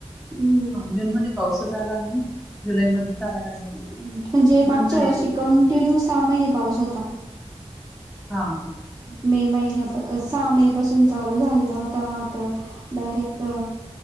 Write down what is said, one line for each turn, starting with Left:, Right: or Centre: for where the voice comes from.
Right: हम्म
Centre: जून मध्ये पाऊसच आला नाही ना. जुलै मध्येच आला काय
Right: म्हणजे मागच्या
Centre: जून मध्ये
Right: वर्षी
Centre: यायला
Right: कंटिन्यू
Centre: पाहिजे.
Right: सहा महिने पाऊस होता.
Centre: हा ह
Right: मे महिन्या सहा मे पासून चालू झालेला होता आता डायरेक्ट अ